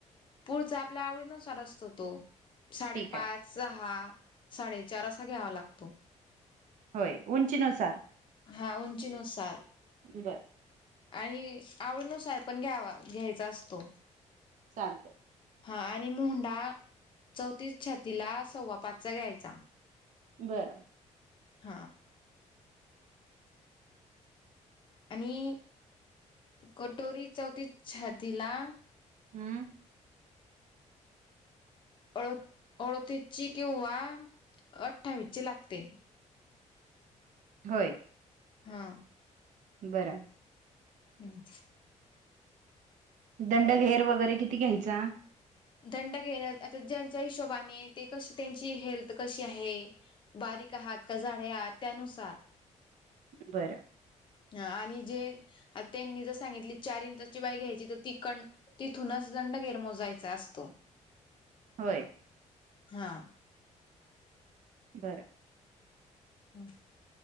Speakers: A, on the left; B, on the right.
A: पुढचा आपल्या आवडीनुसार असतो तो. साडेपाच
B: ठीक आहे
A: सहा, साडेचार असा घ्यावा लागतो.
B: होय. उंचीनुसार.
A: हा. उंची नु सार.
B: बरं.
A: आणि आवडनुसार पण घ्यावा घ्यायचा असतो.
B: चालते.
A: हा आणि मुंडा चौतीस छातीला सव्वा पाचचा घ्यायचा.
B: बरं.
A: हा. आणि कटोरी चौथीस छातीला
B: हम्म.
A: अड अडतीस ची किंवा अठ्ठावीस ची लागते.
B: होय.
A: हा‌.
B: बरं.
A: हम्.
B: दंडघेर वगैरे किती घ्यायचा?
A: दंड घेर आता ज्यांच्या हिशोबाने ते कशी त्यांची हेल्थ कशी आहे‌. बारीक आहात का जाडे आहात त्यानुसार.
B: बरं.
A: ह आणि जे त्यांनी जर सांगितली चारं बाही घ्यायची तर ती तिथूनच दंड घेर मोजायचा असतो.
B: होय.
A: हा.
B: बरं आहे
A: हं